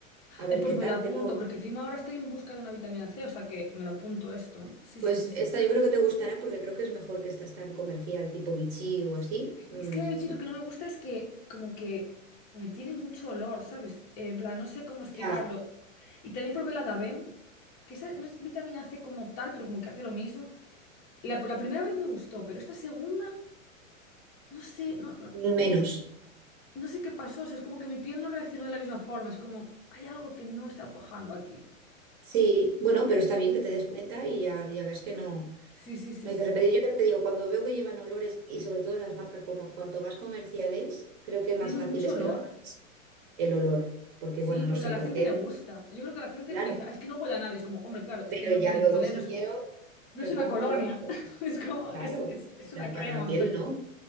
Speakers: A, on the right (about 50°); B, on the left (about 20°).
A: A ver
B: Ay, pues
A: qué
B: me
A: tal.
B: la apunto,
A: Tengo.
B: porque encima ahora estoy en busca de una vitamina C, o sea que me lo apunto esto, ¿eh? Sí,
A: Pues
B: sí, sí, sí.
A: esta yo creo que te gustará porque creo que es mejor que estas tan comercial, tipo Vichy o así. Mm,
B: Es que la de bichito que no me gusta es que como que me tiene mucho olor, ¿sabes? Eh, En plan, no sé cómo explicarlo.
A: ya,
B: Y también probé la Davem, que esa no es vitamina C como tal, pero como que hace lo mismo. La, la primera vez me gustó, pero esta segunda, no sé, no, no,
A: menos.
B: no sé qué pasó. O sea, es como que mi piel no reaccionó de la misma forma. Es como, hay algo que no está cuajando aquí.
A: Sí, bueno,
B: Sí,
A: pero está bien que te des cuenta y ya, ya ves que no.
B: sí, sí, sí,
A: No
B: sí.
A: hay que repetir. Yo te digo, cuando veo que llevan olores y sobre todo las marcas, como cuanto más comerciales, creo que más
B: Tiene
A: fácil
B: mucho
A: es
B: olor.
A: que lo hagas el olor. Porque,
B: Sí,
A: bueno,
B: porque
A: no sé
B: a la
A: por
B: gente
A: qué,
B: le gusta. Yo creo que a la gente
A: claro.
B: dice, "Ah, es que no huele a nada. Es como, hombre, claro, es
A: Pero
B: que no
A: ya
B: tiene
A: luego,
B: que oler.
A: si
B: No es,
A: quiero,
B: No
A: me
B: es
A: pongo
B: una colonia,
A: color.
B: <laughs> es como,
A: Claro.
B: es, es, es
A: la-
B: una
A: Para
B: crema,
A: la piel,
B: <laughs> pero...
A: no.